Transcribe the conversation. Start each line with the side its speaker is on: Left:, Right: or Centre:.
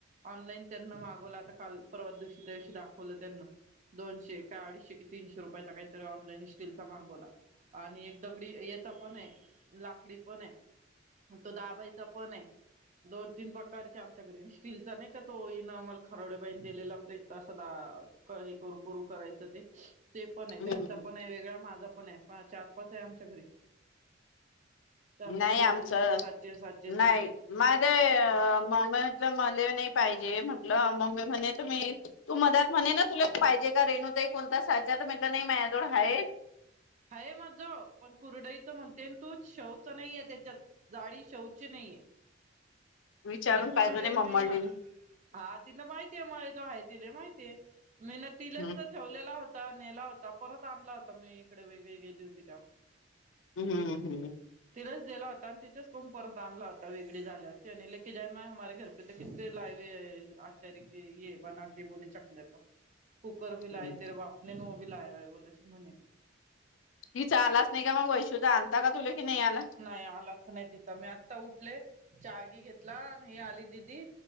Right: ऑनलाईन त्यांना मागवलं आता काल परवा दिवशी त्या दिवशी दाखवलं त्यांना. दोनशे का अडीचशे की तीनशे रुपयाचा काहीतरी ऑनलाईन स्टील चा मागवला. आणि एक दगडी याचा पण आहे लाकडी पण आहे. मग तो दाबायचा पण आहे. दोन तीन प्रकारचे आमच्या घरी स्टीलचा नाही का तो इनमल खरवडेबाईण दिलेला प्रे अस द हे करू करू करायचं ते ते पण आहे
Left: हम्म
Right: त्यांचा
Left: हम्म
Right: पण आहे वेगळा माझा पण आहे चार पाच आहे आमच्या घरी. चार
Left: नाही
Right: पाच झालेले
Left: आमचं
Right: ते सातशे सातशे सातशे
Left: नाही माझ म म्ह मले नाही पाहिजे म्हंटलं मम्मी म्हणे तु म्हि तू मधत म्हणे ना तुला पाहिजे का रेणूताई कोणता साच्या तर म्हटलं नाही मयाजवळ हाय.
Right: हय माझं पण कुरडईचं म्हणते तू शवच नाहीय त्याच्यात. जाडी शौची नाहीये.
Left: <inaudible> विचारून
Right: म्हणजे
Left: पाहिजे
Right: कुरडाई
Left: नाही मम्मडलेली
Right: होई ना. हा तिला माहितीये मला जो आहे तिला माहितीय मी ना तिलाच
Left: हम्म
Right: तर ठेवलेला होता नेला होता परत आणला होता मी इकडे वेगळी गेली होती तेव्हा.
Left: हम् हम हम्
Right: तिलाच दिला होता आणि तिच्याच कोण परत आणला होता वेगळी झाल्यावर ति म्हने लेके जा ना माय हमारे घर पे ता किती लाायवे आचार्य ये बनाते बोले चकले तु
Left: <inaudible>
Right: कुकर भी ला
Left: हम्म
Right: तेर बापने ने वो भी लायवाय बोले अस म्हणेते.
Left: ति आलाच नाही का मग वैशु चा आलता का? तुले की नाही आला?
Right: नाही आलाच नाही तिचा मी आत्ता उठले चागी घेतला आणि हे आली दिदी.